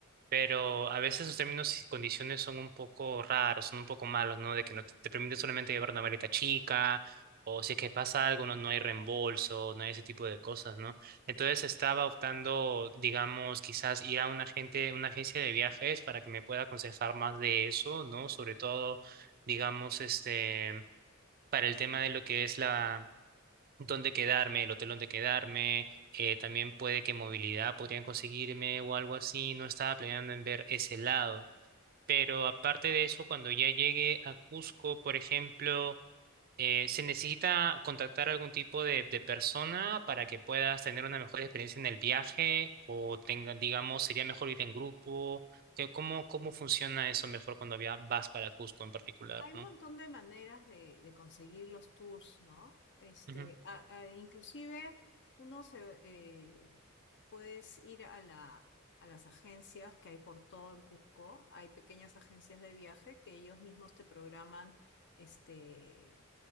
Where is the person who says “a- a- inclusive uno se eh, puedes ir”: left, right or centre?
Left